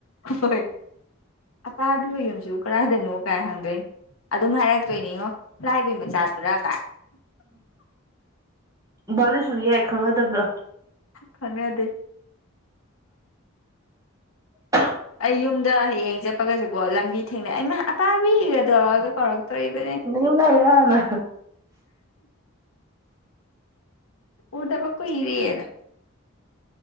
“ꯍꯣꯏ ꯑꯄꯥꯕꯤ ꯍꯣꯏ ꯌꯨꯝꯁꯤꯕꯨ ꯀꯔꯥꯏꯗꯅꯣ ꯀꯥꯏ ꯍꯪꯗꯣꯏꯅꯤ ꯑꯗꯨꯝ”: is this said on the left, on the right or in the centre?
Left